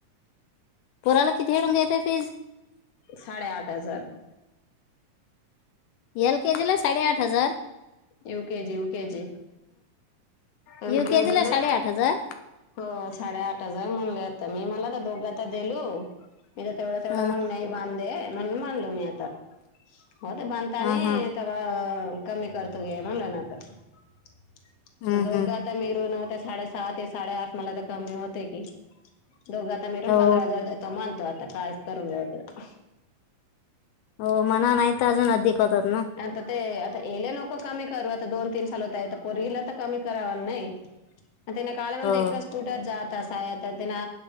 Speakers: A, on the left; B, on the left.
A: पोरांला किती रूंम देतेय ती
B: साडे आठ हजांर
A: एल के जीला साडेआठ हजांर
B: यू केजी ये केजी ए
A: यू
B: केजी
A: के जीला
B: ले
A: साडेआठ हजार
B: हो साडे आठ हजार म्हणले आता मी मला त्या दोघता देलो. मी तर तेवढा, तेवढा
A: अ,
B: मग नाही. बांध <inaudible> म्हण मालो मी आता हो <inaudible> बांधता
A: अ,
B: ते
A: हं,
B: कमी करतो गे <inaudible> मग ना तर
A: हं,
B: दोघ
A: हं.
B: मिरूनवते साडे सात ते साडे आठ मला तर कमी होते की दोघ ता मी
A: हो
B: पंधरा हजार देतो मानतो आता कायस करून देऊ.
A: हो मणा नाही तर अजून <inaudible> अदीिक होतात ना.
B: आता ते आता येले नको कमी करू आता दोन, तीन साल होत. पोरगीला तर कमी कराव नाही. <unintelligible> <inaudible> मता काळे मला
A: हो
B: एच तुटत जात असा आहेता ते ना